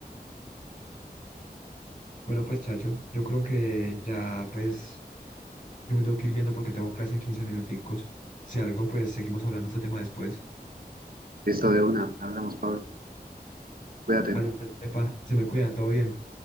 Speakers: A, on the left; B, on the right.
A: Bueno, pues chacho, yo creo que ya pues yo me tengo que ir yendo porque tengo clase en 15 minuticos. Si algo, pues seguimos hablando de este tema después.
B: Listo de una, hablamos, Pablo, cuídate.
A: Ale, pa, se me cuida, todo bien.